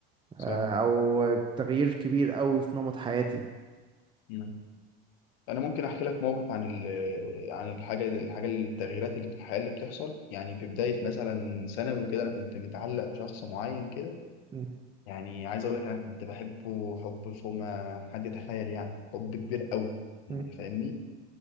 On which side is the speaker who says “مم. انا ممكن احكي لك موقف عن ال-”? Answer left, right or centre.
Left